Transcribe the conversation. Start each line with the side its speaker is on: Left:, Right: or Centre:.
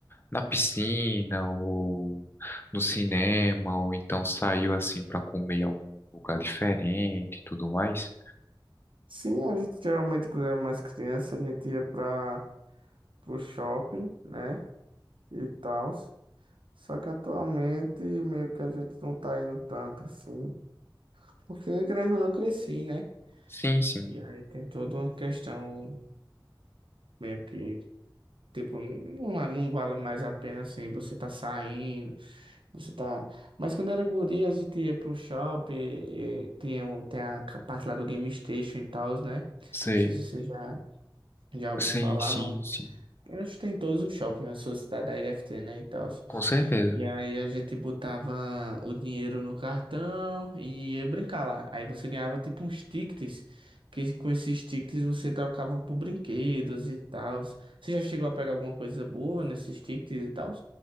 Left: na piscina ou no cinema, ou então saiu assim pra comer em algum lugar diferente e tudo mais.
Right: Sim, a gente geralmente quando era mais criança, a gente ia para o shopping, né? E tal. Só que atualmente meio que a gente não tá indo tanto assim. Porque querendo ou não, eu cresci, né?
Left: Sim, sim,
Right: E aí tem toda uma questão meio que, tipo, não, é, não vale mais a pena assim, você tá saindo, você tá. Mas quando era guri, a gente ia pro shopping, e tinha, um- tem a parte lá do Game Station e tal, né? Não
Left: sei.
Right: sei se você já, já ouviu
Left: Sim,
Right: falar,
Left: sim, sim,
Right: Eu acho que tem em todos os shoppings na sua cidade aí deve ter, né, e tal.
Left: com certeza.
Right: E aí a gente botava o dinheiro no cartão e ia brincar lá. Aí você ganhava tipo uns tickets, que com esses tickets você trocava por brinquedos e tal. Você já chegou a pegar alguma coisa boa nesses tickets e tal?